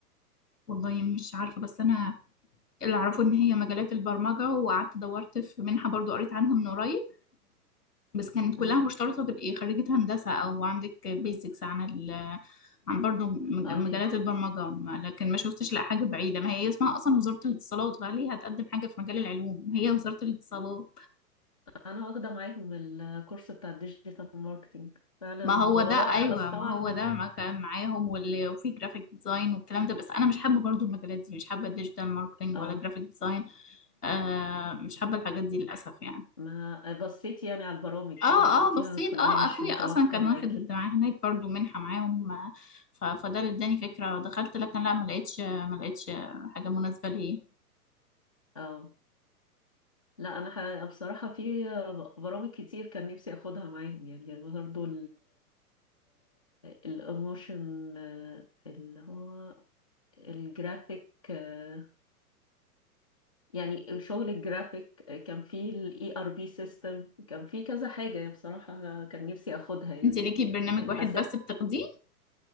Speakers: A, on the left; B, on the left.
A: والله مش عارفة بس أنا اللي اعرفه ان هي مجالات البرمجه وقعدت دورت في منحه برضو قريت عنها من قريب بس كانت كلها
B: مم.
A: مشترطه تبقي خريجه هندسه او عندك بيزكس عن ال... عن برضو م-
B: اه ليه
A: مجالات البرمجه ما- لكن ما شفتش لا حاجه بعيده ما هي اسمها اصلا وزاره الاتصالات فليه هتقدم حاجه في مجال العلوم هي وزاره الاتصالات
B: انا واخدة معاهم الكورس بتاع الديجيتال ماركتينج فعلا
A: ما هو
B: هو
A: ده
B: رائع
A: ايوه
B: بس طبعا
A: ما هو ده ما كان معاهم واللي وفي جرافيك ديزاين والكلام ده بس انا مش حابه برضو المجالات دي مش حابه ديجيتال ماركتنج
B: اه
A: ولا جرافيك ديزاين آه مش حابه الحاجات دي للاسف يعني
B: ما بصيتي يعني على البرامج
A: اه
B: كده ولقيتيها
A: اه بصيت
B: كلها
A: اه
B: مش
A: اخويا
B: متوافقة
A: اصلا كان
B: معاكي
A: واخد الدعاء هناك برضو منحة معاهم آه، ف- فده اللي اداني فكرة دخلت لكن لا ما لقيتش ما لقيتش حاجة مناسبة ليا
B: اه لا انا ح- بصراحة في برامج كتير كان نفسي اخدها معاهم يعني برضه الاموشن اللي هو الجرافيك آه، يعني شغل الجرافيك آه، كان في الاي ار بي سيستم كان في كذا حاجة يعني بصراحة كان نفسي اخدها يعني
A: انت ليكي برنامج
B: يعني
A: واحد
B: حسيت
A: بس بتاخديه